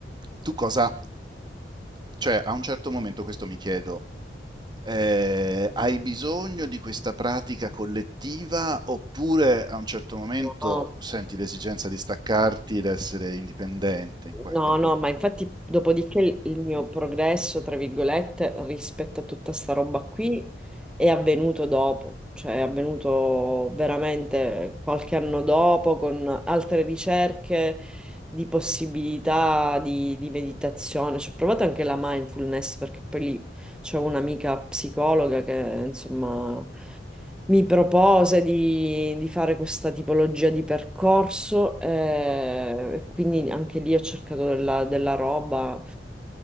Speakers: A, on the right; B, in the centre.
A: tu cosa... Cioè, a un certo momento questo mi chiedo, eh, hai bisogno di questa pratica collettiva oppure a un certo momento
B: no.
A: senti l'esigenza di staccarti ed essere indipendente in qualche...
B: No, no, ma infatti dopodiché il il mio progresso, tra virgolette, rispetto a tutta sta roba qui è avvenuto dopo, cioè è avvenuto veramente qualche anno dopo con altre ricerche di possibilità di, di meditazione. Ci ho provato anche la mindfulness perché poi lì c'è un'amica psicologa che insomma mi propose di, di fare questa tipologia di percorso, eh, quindi anche lì ho cercato della, della roba.